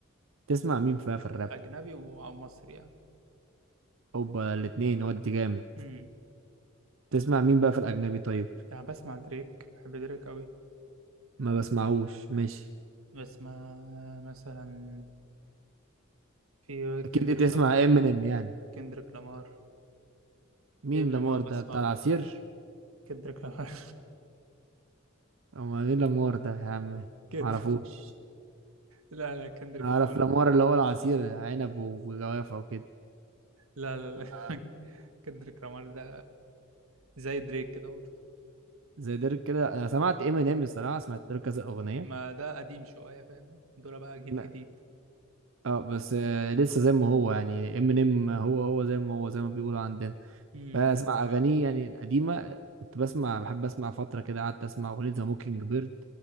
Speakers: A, on the right; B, on the right.
A: تسمع مين بقى في الراب
B: اجنبي ومصري يعني
A: اوبا الاتنين ودي جامد
B: امم
A: تسمع مين بقى في الاجنبي طيب
B: يعني بسمع دريك بحب دريك قوي
A: ما بسمعوش ماشي
B: بس ما مثلا في كندريك
A: اكيد تسمع
B: لامار
A: امينيم يعني
B: كندريك لامار
A: مين
B: امينيم
A: لامار
B: اه بسمع
A: ده بتاع العصير
B: له كندريك لامار
A: او مين لامار ده يا عم
B: <laughs> كد...
A: معرفوش
B: لا لا كندريك
A: اعرف
B: لامار
A: لامار اللي هو العصير عنب وجوافة وكده
B: لا لا
A: آه.
B: لا <laughs> كندريك لامار ده زي دريك كده برضه
A: زي ديرك كده انا سمعت امينيم الصراحة سمعت له كذا اغنية
B: ما ده قديم شوية فاهم دول بقى جيل
A: ما-
B: جديد
A: اه بس آه، لسه زي ما هو يعني ام ان ام هو هو زي ما هو زي ما بيقولوا عندنا
B: امم
A: بسمع اغانيه يعني القديمه كنت بسمع بحب اسمع فتره كده قعدت اسمع اغنيه ذا موكينج بيرد